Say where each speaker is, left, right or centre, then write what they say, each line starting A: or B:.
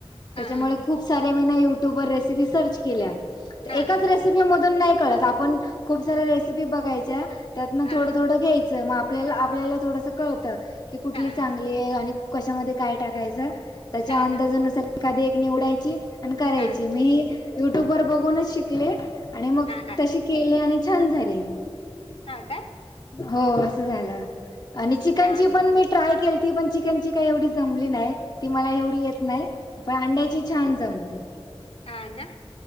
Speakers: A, on the left; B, on the left.
A: त्याच्यामुळे
B: हा
A: खूप सारे मीना युट्यूब वर रेसिपी सर्च केल्या तर,
B: हा हा
A: एकाच
B: हा
A: रेस मधून नाही कळत आपण खूप सऱ्या रेसिपी बघायच्या त्यातन
B: हा
A: थोड थोड घ्याय च. मग आपल्याला आपल्याला थोडस कळत. कुठली
B: हा हा
A: चांगली
B: हा
A: आणि कशा मध्ये काय टाकायच त्याच्या
B: हा
A: अंदाजानुसार एखादी एक निवडायची आणि करायची
B: हा
A: मी युट्यूब वर बघूनच शिकले. आणि मग
B: हा हा
A: तसे केले आणि छान झाले.
B: हा काय?
A: हो अस झाल आणि चिकन
B: छान
A: ची पण मी ट्राय केली ती पण चिकनची का एवढी जमली नाही ती मला एव नाही, बाड्यांची छान जमते.
B: हां ना?